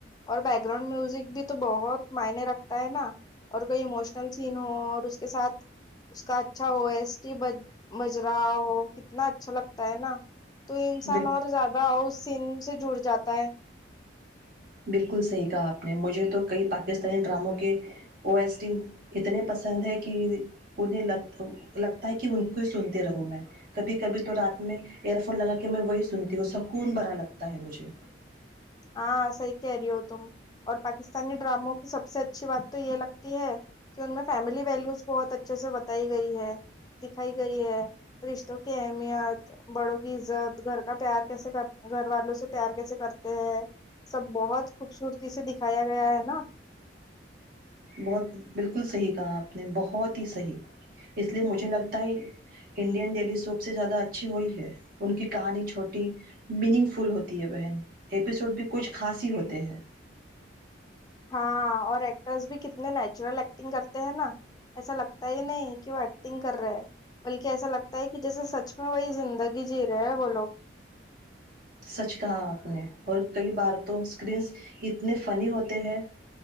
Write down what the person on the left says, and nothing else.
اور بیک گراؤنڈ میوزک بھی تو بہت معنے رکھتا ہے نا اور کوئی اموشنل سین ہو اور اس کے ساتھ اس کا اچھا ہوسٹی بجرا ہو کتنا اچھا لگتا ہے نا تو انسان
اور زیادہ ہو اس سین سے جڑ جاتا ہے
ہاں صحی کہہ رہی ہو تم اور پاکستانی ڈراموں کی سب سے اچھی بات تو یہ لگتی ہے کہ ان میں فیملی ویلوز بہت اچھے سے بتائی گئی ہے دکھائی گئی ہے رشتوں کی اہمیت بڑوں کی عزت گھر کا پیار کیسے کر گھر والوں سے پیار کیسے کرتے سب بہت خوبصورتی سے دکھایا گیا ہے نا
ہاں اور ایکٹرس بھی کتنے نیچرل ایکٹنگ کرتے ہیں نا ایسا لگتا ہی نہیں کہ وہ ایکٹنگ کر رہے بلکہ ایسا لگتا ہے کہ جیسے سچ میں وہی زندگی جی رہے ہیں وہ لوگ